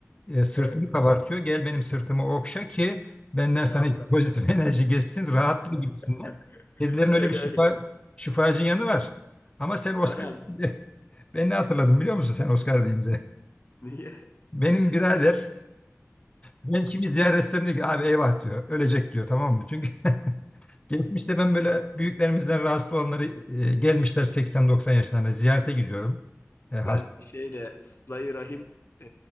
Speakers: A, on the left; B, on the left.
A: e, sırtını
B: Evet.
A: kabartıyor. Gel benim sırtımı okşa ki benden sana
B: Rahatla.
A: işte pozitif <laughs> enerji geçsin rahatla gibisinden.
B: <laughs>
A: Kedilerin
B: Öyle
A: öyle bir şifa,
B: öyle.
A: şifacı yanı var. Ama sen Oscar
B: Var abi.
A: <laughs>
B: <laughs>
A: ben ne hatırladım biliyor musun sen Oscar deyince?
B: Niye?
A: Benim birader <laughs> ben kimi ziyaret etsem diyor ki abi eyvah diyor. Ölecek diyor tamam mı? Çünkü <laughs> geçmişte ben böyle büyüklerimizden rahatsız olanları e, gelmişler 80-90 yaşlarında ziyarete gidiyorum.
B: Sen
A: E, hasta.
B: şeyle Sıla-i Rahim e,